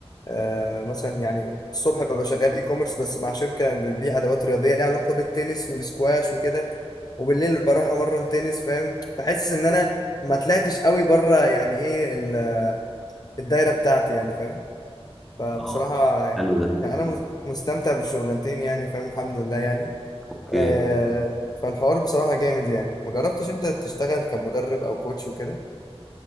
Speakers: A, on the left (about 40°); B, in the centre.
A: آه مثلا يعني الصبح ببقى شغال اي كوميرس بس مع شركه بتبيع ادوات رياضيه ليها علاقه بالتنس والسكواش وكده وبالليل بروح امرن تنس فاهم فحاسس ان انا ما طلعتش قوي بره يعني ايه ال- الدايره بتاعتي يعني فاهم فبصراحه
B: طبعا حلو ده
A: يعني انا مس- مستمتع بالشغلانتين يعني فاهم الحمد لله يعني
B: اوكي
A: آه فالحوار بصراحة جامد يعني ما جربتش انت تشتغل كمدرب او كوتش وكده